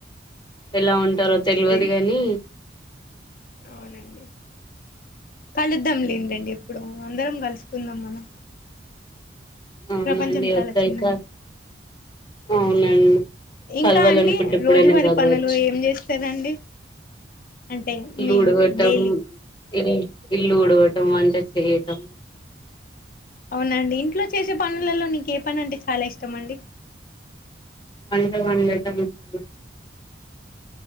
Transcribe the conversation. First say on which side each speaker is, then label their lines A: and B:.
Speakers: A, on the left; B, on the left.
A: ఎలా ఉంటారో తెలవదు
B: వెయ్
A: కానీ
B: అవునండి కలుద్దాం లేదండి ఎప్పుడు అందరం కలుసుకుందాం మనం
A: అవునండి
B: ప్రపంచం చాలా
A: ఒకసారి
B: చిన్నది
A: క అవునండి
B: ఇంకా
A: కలవాలనుకుంటే
B: అండి
A: ఎప్పుడైనా
B: రోజువారి
A: కలవచ్చు
B: పనులు ఏం చేస్తారండి అంటే
A: ఇల్లు
B: మీరు
A: ఉడవటం
B: డైలీ
A: ఇల్ ఇల్లు ఉడవటం వంట చేయటం
B: అవునండి ఇంట్లో చేసే పనులలో నీకు ఏ పని అంటే చాలా ఇష్టం అండి
A: వంట వండటం వచ్చా